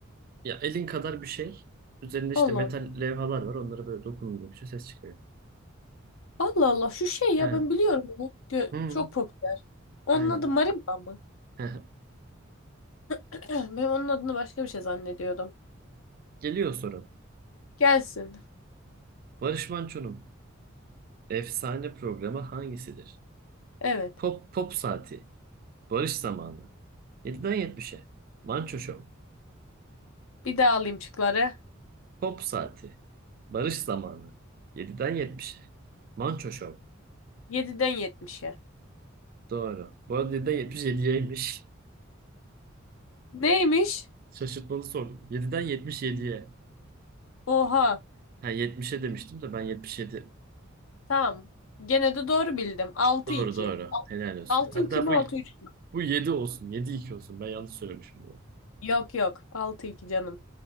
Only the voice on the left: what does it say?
Allah
Allah.
Allah Allah şu şey ya
ben biliyorum bunu. Gö-
Çok popüler. Onun
adı marimba mı?
<clears throat> Ben onun adını başka bir şey zannediyordum.
Gelsin.
Evet.
Bir daha alayım şıkları.
7'den 70'e.
Neymiş?
Oha.
Tamam. Gene de doğru bildim. Altı
iki.
6-2
mi
6-3?
Yok yok. Altı iki canım.